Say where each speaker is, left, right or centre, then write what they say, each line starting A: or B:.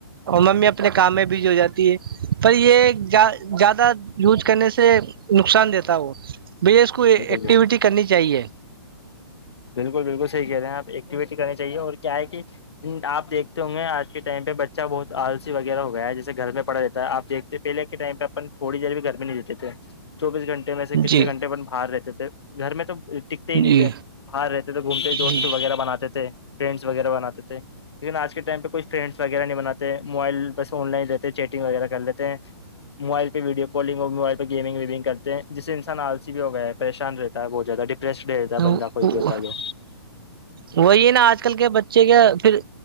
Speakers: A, on the right; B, on the left.
A: ممی اپنے کام میں بھی جو ہو جاتی ہے پر یہ زیادہ یوج کرنے سے نقصان دیتا ہو بھیا اس کو ایکٹیویٹی
B: بالکل
A: کرنی چاہیے
B: بالکل بالکل صحیح کہہ رہے ہیں آپ ایکٹیویٹی کرنی چاہیے اور کیا ہے کہ آپیکھتے ہوں گے آ اس ٹائم پہ بچہ بہت آلسی و ہو گیا ہے جیسے گھر میں پڑا رہتا ہے آپ دھتے پہل کے ٹائم پہ اپن تھوڑی دیر بھی گھر میں نہیں لیتے تھے چوبیس گھنٹے میں سے کتنے
A: جی
B: گنٹے اپن باہر رہتے تھے گھر میں تو ٹکتے ہی نہیں
A: جی
B: تھے رہتے تھے گھومتے ہی دوست
A: جی
B: وغیرہ بناتے تھے فرینڈس وغیرہ بناتے تھے لیکن آج کے ٹائم پ کوئی فرینڈس وغیرہ نہیں بناتے موائل بس فن لائن رہتے ہیں چیٹنگ وغیرہ کر لیتے ہیں موائل پہ ویڈیو کالنگ ہو موبائل پہ گیمنگ ویمنگ کرتے ہیں جس سے انسان آلسی بھی ہو گیا ہے پریشان رہتا ہے بہت جیاہ ڈپریسڈ بھی رہتا ہے
A: جی
B: بندہ کوئی بھی ہوتا ہے جو
A: وہی نا آج کل کے بچے کے پھر